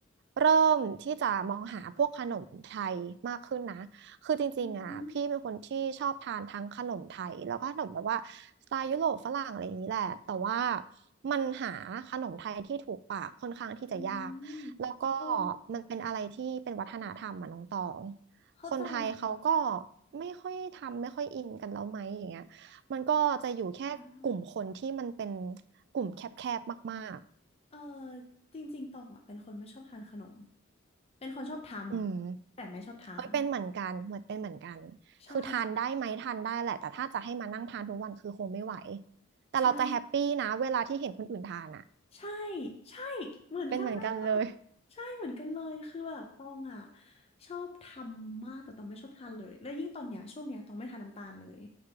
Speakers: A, on the right; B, on the left.
A: เริ่มที่จะมองหาพวกขนมไทยมากขึ้นนะคือจริงๆอ่ะพี่เป็นคนที่ชอบทานทั้งขนมไทยแล้วก็ขนมแบบว่าสไตล์ยุโรปฝรั่งอะไรอย่างนี้แหละแต่ว่า
B: อืม
A: มันหาขนมไทยที่ถูกปากค่อนข้างที่จะยากแล้วก็
B: อืมโอ้
A: มันเป็นอะไรที่เป็นวัฒนธรรมอ่ะน้องตอง
B: เข้าใจค่ะ
A: คนไทยเขาก็ไม่ค่อยทำไม่ค่อยอินกันแล้วไหมอย่างเงี้ย มันก็จะอยู่แค่กลุ่มคนที่มันเป็น
B: อ่า
A: กลุ่มแคบๆมาก
B: เออจริงๆตองอ่ะเป็นคนไม่ชอบทานขนมเป็นคนชอบทำแต่ไม่ชอบทาน
A: ๆอืมเอ้ยเป็นเหมือนกันเหมือนเป็นเหมือนกัน
B: ใช่
A: คือทานได้ไหมทานได้แหละแต่ถ้าจะให้มานั่งทานทุกวันคือคงไม่ไหวแต่เราจะแฮปปี้นะเวลาที่เห็นคนอื่นทานอ่ะ
B: ใช่ ใช่ใช่เหมือนกันเลยค่ะ
A: เป็นเหมือนกันเลย
B: ใช่เหมือนกันเลยคือแบบตองอ่ะชอบทำมากแต่ตองไม่ชอบทานเลยแล้วยิ่งตอนเนี้ยช่วงเนี้ยตองไม่ทานน้ำตาลเลย